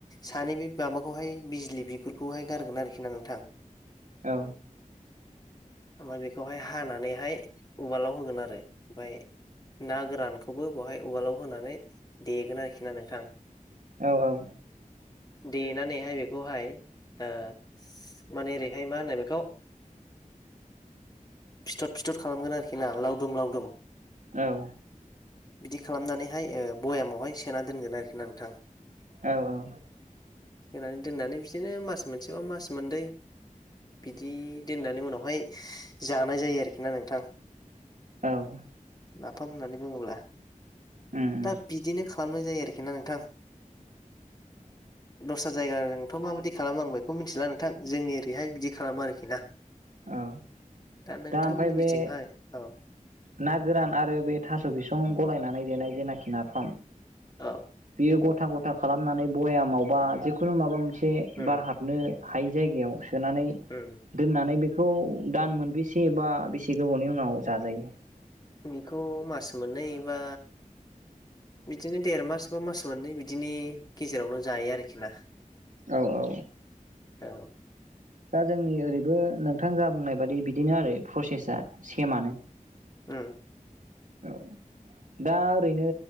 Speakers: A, on the left (about 30°); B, on the right (about 70°).
A: सानै बे माबाखौहाय बिजलि बिगुरखौहाय गारगोन आरोखि ना नोंथां।
B: औ
A: ओमफ्राय बेखौहाय हानानैहाय उवालाव होगोन आरो ओमफाय ना गोरानखौबो बेहाय उवालाव होनानै देगोन आरोखि ना नोंथां।
B: औ औ
A: देनानैहाय बेखौहाय ओ माने ओरैहाय मा होनो बेखौ फिथर फिथर खालामगोन आरोखि ना लावदुम लावदुम
B: औ
A: बिदि खालामनानैहाय ओ भयामावहाय सोना दोनगोन आरोखि ना नोंथां।
B: औ औ
A: होनानै दोननानै बिसोरो मास मोनसेबा मास मोननै बिदि दोननानै उनावहाय जानाय जायो आरोखि ना नोंथां।
B: औ
A: नाफाम होननानै बुङोब्ला
B: उम उम
A: दा बिदिनो खालामनाय जायो आरोखि ना नोंथां ओ दस्रा जायगाजोंथ' माबाददि खालामो आं बेखौ मिथिला नोंथां जोंनि ओरैहाय बिदि खालामो आरोखि ना।
B: औ
A: दा नोंथांमोननिथिंहाय
B: ओमफ्राय बे
A: औ
B: ना गोरान आरो बे थास' बिसं गलायनानै देनाय जेनाखि नाफाम
A: औ
B: बियो गथ गथा गथा खालामनानै बयामावबा जिखुनु माबा मोनसे से
A: उम
B: बार हाबनो हाय जायगायाव सोनानै
A: उम
B: दोननानै बेख खौ दान मोनबेसे बा बेसे गोबावनि उनाव जाजायो?
A: बेखौ मास मोननै बा बिदिनो देर मास बा मास मोननै बिदिनि गेजेरावनो जायो आरोखि ना?
B: औ औ
A: औ
B: दा जोंनि ओरै बो नोंथां जा बुंनाय बादि बिदिनो आरो प्रसेसा सेमानो।
A: ओ
B: औ दा ओरैनो